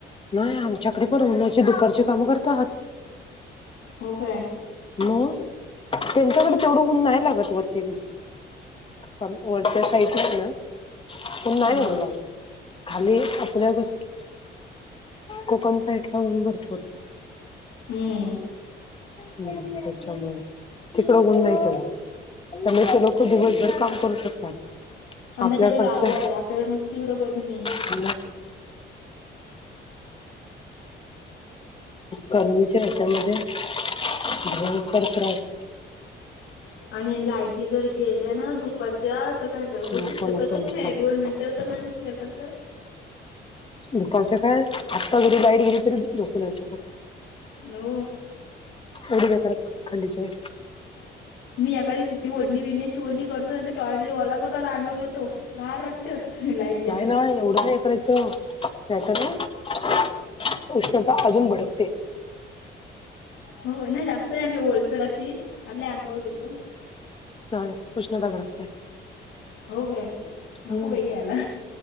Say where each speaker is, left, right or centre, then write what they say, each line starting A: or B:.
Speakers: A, on the left (about 25°); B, on the left (about 85°).
A: नाही आमच्याकडे पण उन्हाचे दुपारचे कामं करतात.
B: हो काय
A: मग, त्यांच्याकडे तेवढं ऊन नाही लागत वरती. अ वरच्या साईडला ना ऊन नाही
B: हा
A: एवढं लागत. खाली आपल्या कसं, कोकण साईटला ऊन भरपूरे.
B: हम्म.
A: हम्म त्याच्यामुळे, तिकडं ऊन नाही चालत. त्यामुळे ते लोकं दिवसभर काम करू शकतात.
B: <unintelligible> कडं
A: आपल्याकडचं
B: गारवा आहे आपल्याकडे नुसती इकडं गरमी.
A: <unintelligible> गर्मीच्या हेच्यामध्ये <unintelligible> करत रा <inaudible>
B: आणि लायटी जर गेल्या ना दुपारच्या तर काय <unintelligible> बसू
A: नको
B: शकतच
A: नको
B: नाही
A: नको
B: दोन मिनिट. त्यो तर नाही बसू शकत का?
A: दुपारच्या काय, आत्ता जरी लाईट गेली तरी झोपू नाही शकत.
B: हो.
A: एवडी बेकार खंडीशन
B: मी एखादी सुती ओढणी विडण्याची ओली करते टॉवेल बी ओला करतो, अंगवर घेतो, गार वाटतं लाईट गेल्यावर.
A: काय एवढं हे करायचं त्याच काय? उष्णता अजून भडकते.
B: हो नाही, जास्त नाही, आपली ओलसर अशी आपल्या अंगावर घेतो.
A: <unintelligible> उष्णता भडकते.
B: हो काय? नको
A: हम्म,
B: बाई घ्यायला